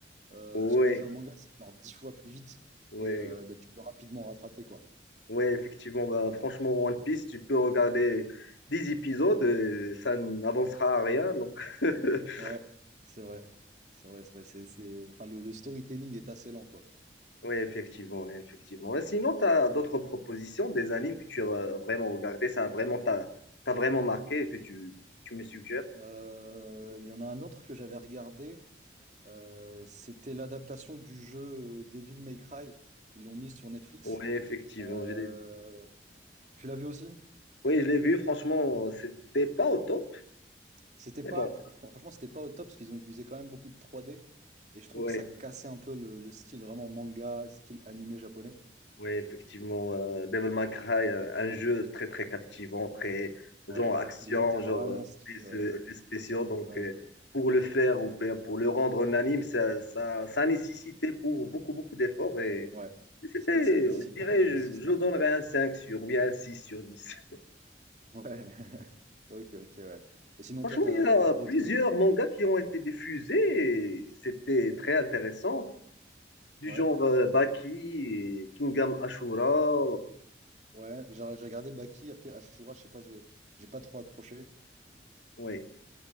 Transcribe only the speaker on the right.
euh,
parce qu'en lisant le manga, c'est genre dix fois plus vite
et euh, bah, tu peux rapidement rattraper, quoi.
Ouais, c'est vrai, c'est vrai, c'est vrai. C'est, c'est- Enfin, le, le storytelling est assez lent, quoi.
Euh, Il y en a un autre que j'avais regardé. Euh, c'était l'adaptation du jeu euh, Devil May Cry. Ils l'ont mis sur Netflix.
Euh,
tu l'as vu aussi?
C'était
pas,
fr- franchement, c'était pas au top parce qu'ils ont utilisé quand même beaucoup de 3D. Et je trouve
que ça cassait un peu le, le style vraiment manga, style animé japonais.
Ouais, le,
le jeu était
vraiment
stylé.
Ouais,
ouais,
ouais.
C'est vrai que ça nécessite
beaucoup d'investissement.
Ouais. Ouais. <laughs> Ok, ok, ouais.
Et sinon,
toi, t'as,
t'as d'autres.
Ouais,
ouais. J'ai j'ai regardé Baki. Après, Ashura, je sais pas, j'ai j'ai pas trop accroché.